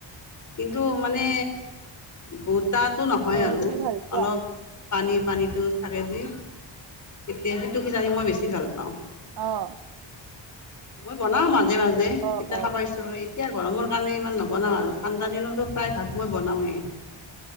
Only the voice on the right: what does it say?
অ
তুমি ভাল পোৱা
অ'।
অ
অ